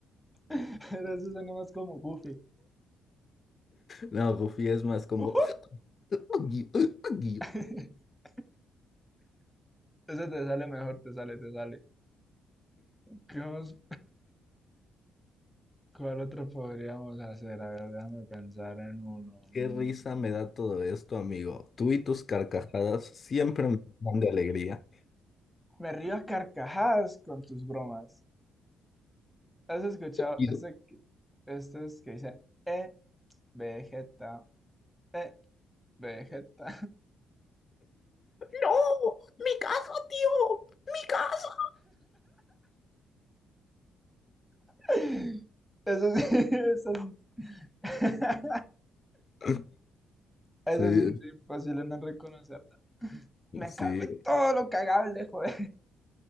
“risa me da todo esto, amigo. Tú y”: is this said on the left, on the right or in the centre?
Left